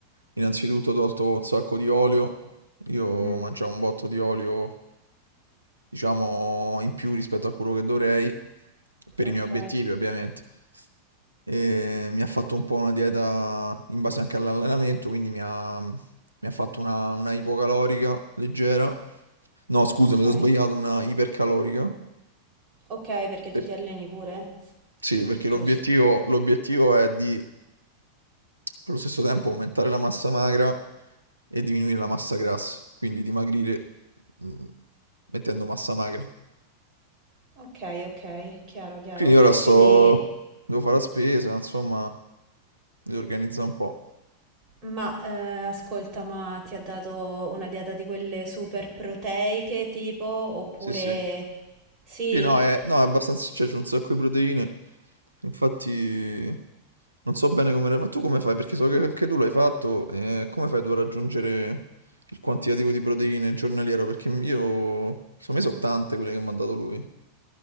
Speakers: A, on the right; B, on the right.
A: innanzitutto tolto un sacco di olio. Io
B: Mm,
A: mangiavo un botto di olio, diciamo, in più rispetto a quello che dovrei, per
B: ok,
A: i miei obiettivi, ovviamente. E mi ha fatto un po' una dieta in base anche all'allenamento, quindi mi ha, mi ha fatto una, una ipocalorica leggera. No, scusa,
B: ok.
A: mi sono sbagliato, una ipercalorica.
B: Ok, perché
A: Per-
B: tu ti alleni pure?
A: Sì, perché
B: Giusto.
A: l'obiettivo l'obiettivo è di, allo stesso tempo, aumentare la massa magra e diminuire la massa grassa, quindi dimagrire mm, mettendo massa magra.
B: Ok, ok, chiaro, chiaro.
A: Quindi ora Mm. sto,
B: Quindi,
A: devo fare la spesa, insomma, mi organizzo un po'.
B: ma eh, ascolta, ma ti ha dato una dieta di quelle super proteiche tipo, oppure
A: Sì, sì.
B: sì?
A: Sì, no, è, no, è abbastanza, cioè, c'è un sacco di proteine. Infatti, non so bene come... Ma tu come fai? Perché so che anche tu l'hai fatto. eh, come fai tu a raggiungere il quantitativo di proteine giornaliero? Perché io... Secondo me sono tante quelle che mi ha dato lui.